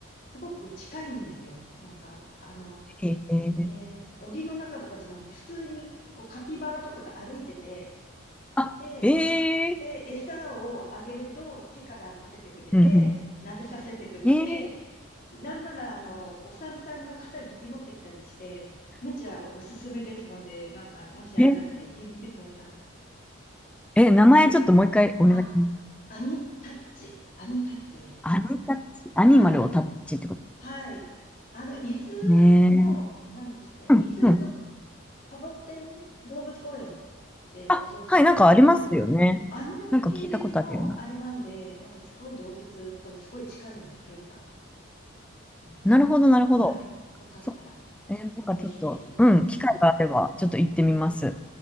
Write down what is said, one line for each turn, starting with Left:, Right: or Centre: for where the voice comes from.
Left: すごく近いんですよ。なんか、あの、
Centre: う。へえー、
Left: えー檻の中とかじゃなくて、普通にこうカピバラとかが歩いてて、
Centre: あ、
Left: で、
Centre: へえー、
Left: で、餌をあげると手から食べてくれて、
Centre: うんうん。
Left: 撫でさせてくれて、
Centre: へえー、
Left: なんなら、あの、お猿さんが肩に飛び乗ってきたりして、めちゃおすすめですので、なんか、もしあれだったら行ってみてください。
Centre: ええ、名前ちょっともう一回お願いします。
Left: と、あ、アニタッチ。アニタッチです。
Centre: アニタッチ、アニマルをタッチってこと
Left: はい。はい。あの、伊
Centre: ね。
Left: 豆の、何ですか、
Centre: うん、
Left: 伊豆ど、
Centre: うん。
Left: サボテン動物公園ってご存知ですかうん。
Centre: あ、はい、なんかありますよね。
Left: あの系列のあれなんで、
Centre: なんか聞いたことあるような。
Left: なんかすごい動物とすごい近いんです、距離が。うん。
Centre: なるほど、なるほど。
Left: はい。よかったら、
Centre: そ、え、なんかちょっと、
Left: ぜひぜひ。
Centre: うん、機会があれば、ちょっと行ってみます。
Left: はーい。